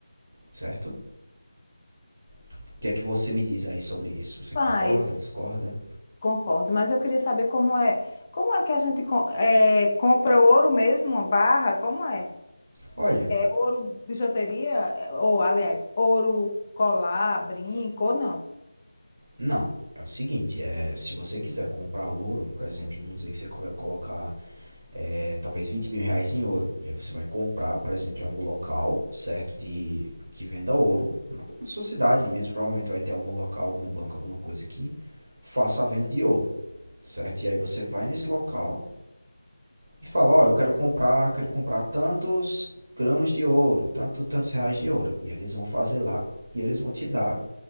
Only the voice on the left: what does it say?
Faz,
concordo, mas eu queria saber como é. Como é que a gente co- é, compra o ouro mesmo, uma barra? Como é?
Ouro, bijuteria, eh, Ou, aliás, ouro, colar, brinco ou não?